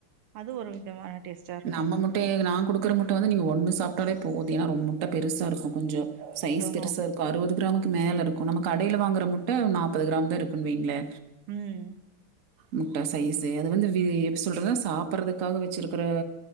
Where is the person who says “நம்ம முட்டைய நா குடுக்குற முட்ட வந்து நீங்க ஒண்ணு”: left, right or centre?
Right